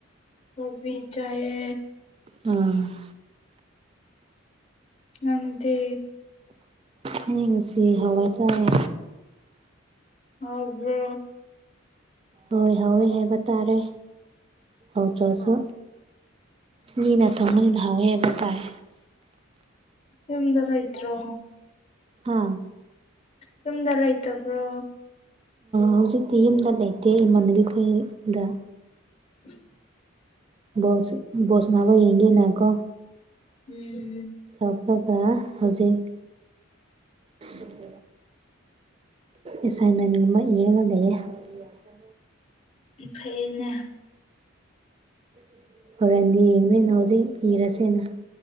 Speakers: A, on the left; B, on the right.
A: ꯀꯕꯤꯤ ꯆꯌꯦ
B: ꯎꯝ
A: ꯅꯪꯗꯤ
B: ꯍꯌꯦꯡꯁꯤ ꯍꯋꯥꯏ ꯆꯥꯔꯦ
A: ꯍꯗꯦ
B: ꯍꯣꯏ ꯍꯣꯏ ꯍꯥꯏꯕ ꯇꯥꯔꯦ ꯍꯧ ꯆ꯭ꯔꯁꯨ ꯃꯤꯅ ꯊ ꯃꯅ ꯍꯋꯦꯕ ꯇꯥꯏ
A: ꯁꯤꯝꯗꯂ ꯏ꯭ꯔꯣ
B: ꯍꯥꯥ
A: ꯌꯨꯝꯗ ꯂꯩꯇꯕ꯭ꯔꯣ
B: ꯍꯧꯖꯤꯛꯇꯤ ꯌꯨꯝꯗ ꯂꯩꯇꯦ ꯏꯃꯥꯟꯅꯕꯤ ꯈꯣꯏꯗ
A: ꯎꯝ
B: ꯕꯣꯁ ꯕꯣꯁꯅꯥꯕ ꯌꯦꯡꯒꯦꯅꯦꯀꯣ
A: ꯎꯝ
B: ꯊꯣꯛꯕ ꯍꯧꯖꯤꯛ ꯑꯗꯨ ꯑꯦꯁꯥꯏꯟꯃꯦꯟꯒꯨꯝꯕ ꯏꯔꯒ ꯂꯩꯌꯦ ꯆ ꯆ
A: ꯑꯐꯩꯅꯦ
B: <unintelligible> ꯍꯣꯔꯦꯟꯗꯤ ꯌꯦꯡꯗꯣꯏ ꯑꯅ ꯍꯧꯖꯤꯛ ꯏꯔꯁꯦꯅ